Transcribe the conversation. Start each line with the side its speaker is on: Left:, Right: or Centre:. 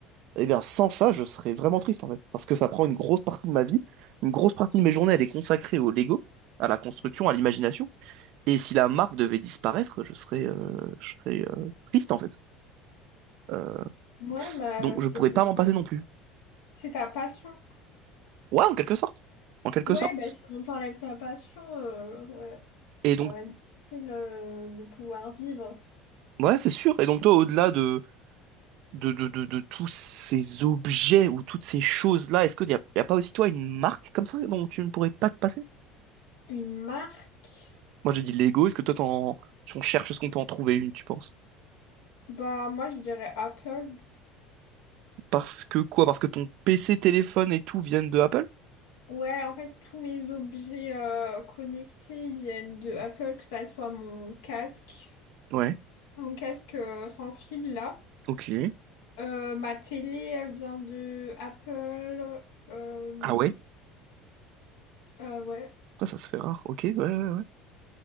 Right: et bien, sans ça, je serais vraiment triste en fait, parce que ça prend une grosse partie de ma vie. Une grosse partie de mes journées, elle est consacrée au Lego, à la construction, à l'imagination. Et si la marque devait disparaître, je serais, euh, je serais euh, triste en fait. Euh,
Left: Ouais, bah,
Right: donc
Left: je
Right: je pourrais
Left: te comprends.
Right: pas m'en passer non plus.
Left: C'est ta passion.
Right: Ouais, en quelque sorte. En quelque
Left: Ouais,
Right: sorte.
Left: bah, si on t'enlève ta passion, euh, ouais, ça
Right: Et donc,
Left: va être difficile, euh, de pouvoir vivre.
Right: ouais, c'est sûr. Et donc toi, au-delà de de, de, de, de tous ces objets ou toutes ces choses-là, est-ce qu'il n'y a, y a pas aussi, toi, une marque comme ça dont tu ne pourrais pas te passer?
Left: Une marque?
Right: Moi, j'ai dit Lego, est-ce que toi, t'en... si on cherche, est-ce qu'on peut en trouver une, tu penses?
Left: Bah, moi, je dirais Apple.
Right: Parce que quoi? Parce que ton PC, téléphone et tout viennent de Apple?
Left: Ouais, en fait, tous mes objets, euh, connectés, ils viennent de Apple, que ça soit mon casque,
Right: Ouais,
Left: mon casque, euh, sans fil, là.
Right: ok.
Left: Euh, ma télé, elle vient de Apple. Euh,
Right: Ah ouais?
Left: euh, ouais.
Right: Ça, ça se fait rare, ok, ouais, ouais, ouais.